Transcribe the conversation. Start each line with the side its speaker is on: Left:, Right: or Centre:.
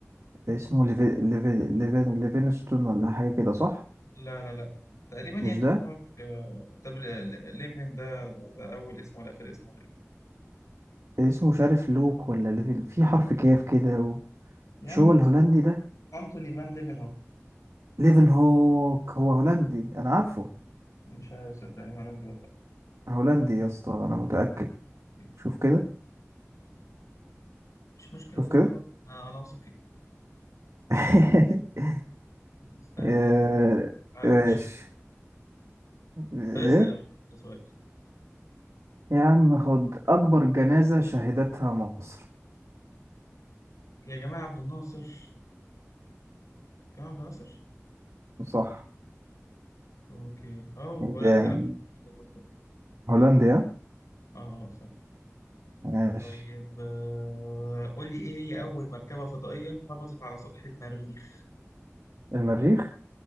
Right: اسمه ليفي... ليفي... ليفين... ليفينستون ولا حاجة كده صح
Left: لا لا لا تقريبا يعني
Right: مش
Left: انت
Right: ده
Left: دماغك آه طب ل- ل- ليفن ده, ده ده اول اسمه ولا اخر اسمه ده إيه؟
Right: اسمه مش عارف لوك ولا ليفي... في حرف كاف كده و...
Left: يا
Right: مش
Left: عم
Right: هو
Left: ده
Right: الهولندي
Left: اسمه
Right: ده
Left: انتوني فان ليفن هوك
Right: ليفن هوك هو هولندي انا عارفه
Left: مش عارف صدقني هولندي ولا لا
Right: هولندي يا اسطى انا متأكد
Left: أوكي.
Right: شوف كده
Left: مش مشكلة
Right: شوف
Left: بقى
Right: كده
Left: خلاص آه انا واثق فيك
Right: <laughs>
Left: استنى
Right: آه،
Left: يعني على
Right: ماشي
Left: كشف
Right: ايه
Left: طب اسال أبو سؤال
Right: يا عم خد اكبر جنازة شهدتها مصر
Left: يا جماعه عبد الناصر جماعه عبد الناصر
Right: صح
Left: اوكي اه هولندي
Right: جامد
Left: على فكرة.
Right: هولنديا
Left: اه آه، صح
Right: ماشي
Left: طيب آه، قول لي ايه هي اول مركبه فضائيه هبطت على سطح المريخ
Right: المريخ